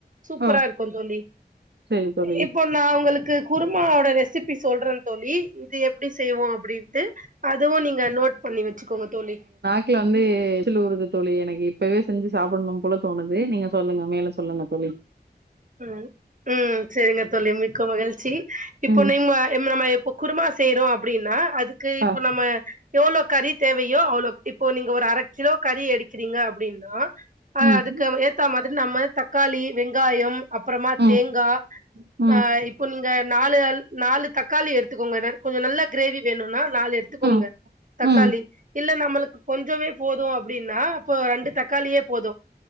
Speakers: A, on the right; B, on the right.
A: சூப்பரா
B: ஓ
A: இருக்கு தோழி
B: சரி தோழி.
A: இப்போ நா உங்களுக்கு குருமாவோட ரெசிபி சொல்றே தோழி இது எப்டி செய்வோ அ அப்டின்ட்டு அதுவு நீங்க நோட் பண்ணி வச்சுக்கோங்க தோழி
B: க்குல வந்து எச்சில் ஊறுது தோழி எனக்கு இப்பவே செஞ்சு சாப்புட்ணும் போல தோணுது நீங்க சொல்லுங்க மேல சொல்லுங்க தோழி
A: ம் ம் ம் செரிங்க தோழி மிக்க மகிழ்ச்சி இப்ப
B: ம்
A: நீம்ம இம்ம நம்ம எப்போ குருமா செய்றோ அப்புடின்னா அதுக்கு இப்ப
B: ஆ
A: நம்ம எவளோ கறி தேவையோ அவளோக் இப்போ நீங்க ஒரு அர கிலோ கறி எடுக்கிறீங்க அப்புடினா அ
B: ம்
A: அதுக்கு நம்ம ஏர் ஏத்த மாதிரி நம்ம தக்காளி வெங்காயம் அப்பறமா
B: ம்
A: தேங்கா
B: ம்
A: ஆ இப் இப்போ நீங்க நாலு அல் நாலு தக்காளி எடுத்துக்கோங்க நர் கொஞ்ச நல்லா க்ரேவி வேணுன்னா நாலு எடுத்துக்கோங்க
B: ம்
A: தக்காளி
B: ம்
A: இல்ல நம்மளுக்கு கொஞ்சமே போது அப்புடின்னா அப்போ ரெண்டு தக்காளியே போதும்